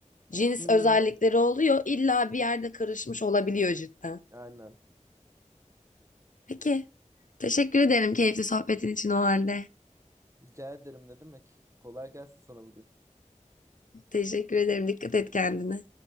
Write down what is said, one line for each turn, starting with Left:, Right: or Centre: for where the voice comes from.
Left: Cins
Right: Hmm.
Left: özellikleri oluyor. İlla bir yerde karışmış olabiliyor cidden.
Right: Aynen.
Left: Peki. Teşekkür ederim keyifli sohbetin için o halde.
Right: Rica ederim ne demek. Kolay gelsin sana bugün.
Left: Teşekkür ederim. Dikkat et kendine.